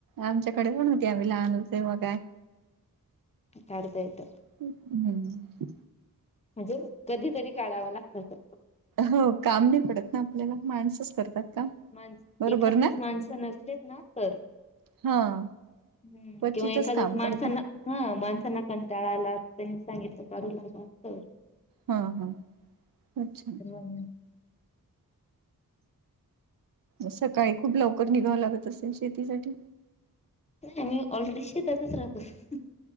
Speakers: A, on the right; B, on the left.
A: आमच्याकडे पण होती. आम्ही लहान होतो तेव्हा गाय.
B: काढता येत.
A: हम्म.
B: म्हणजे कधीतरी काढावं लागत ते.
A: हो, काम नाही पडत ना आपल्याला, माणसच करतात. काम
B: माणस
A: बरोबर
B: एखादं वेळ
A: ना
B: माणसं नसलेत ना तर,
A: हा.
B: हम्म.
A: क्वचितच
B: किंवा एखादच
A: काम
B: वेळ माणसांना
A: पडते
B: हं. माणसांना कंटाळाला त्यांनी सांगितलं करू लागा. तर
A: हां हां अच्छा.
B: नाही
A: सकाळी खूप लवकर निघावं लागत असेल शेतीसाठी.
B: आम्ही ऑलरेडी शेतातच राहतो.